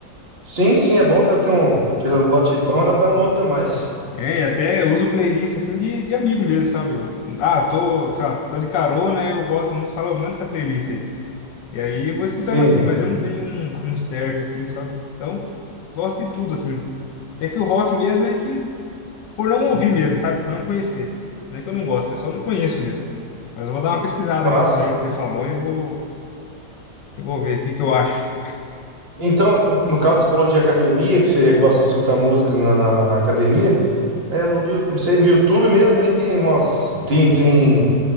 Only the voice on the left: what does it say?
É, e até eu uso playlist assim de, de amigo mesmo, sabe? Eu, ah, tô, sei lá, tô de carona, eu gosto da música, falo, "Ô, manda essa playlist aí. E aí eu vou escutando
assim, mas eu não tenho um, um certo, assim, sabe? Então, gosto de tudo, assim. É que o rock mesmo é que, por não ouvir mesmo, sabe? Por não conhecer. Não é que eu não gosto, é só não conheço mesmo. Mas eu vou dar uma pesquisada
nesses
aí que você falou e vou, e vou ver o que que eu acho.